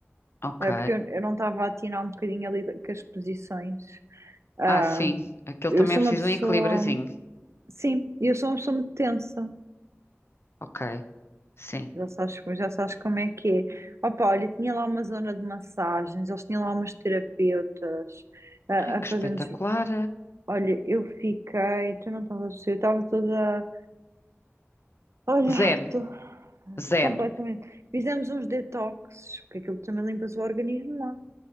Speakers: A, on the left (about 55°); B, on the right (about 70°).
A: ok.
B: eh, porque eu, eu não estava a atinar um bocadinho ali da- com as posições. Ahm,
A: Ah, sim. Aquele
B: eu
A: também
B: sou
A: é preciso
B: uma pessoa,
A: um equilíbriozinho.
B: sim, eu sou uma pessoa muito tensa,
A: Ok. Sim.
B: Já sabes, já sabes como é que é. Opa, olha, tinha lá uma zona de massagens, eles tinham lá umas terapeutas a,
A: Ai, que
B: a fazer-nos.
A: espetacular.
B: Olha, eu fiquei, tu não estavas a perceber, eu estava toda. Olha,
A: Zen.
B: estou
A: Zen.
B: completamente. Fizemos uns detoxes, porque aquilo também limpas o organismo lá.